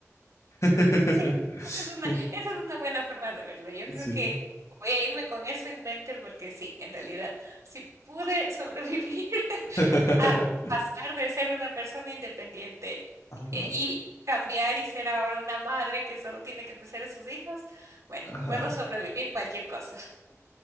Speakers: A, on the left (about 70°); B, on the right (about 65°).
A: <laughs>
B: Sí, esa es una, esa es una buena forma de verlo. Yo creo
A: Sí.
B: que voy a irme con eso en mente porque sí, en realidad, si pude sobrevivir <laughs>
A: <laughs>
B: a pasar de ser una persona independiente
A: Ajá,
B: e- y cambiar y ser ahora una madre que solo tiene que pensar en sus hijos, bueno,
A: ajá.
B: puedo sobrevivir cualquier cosa. <laughs>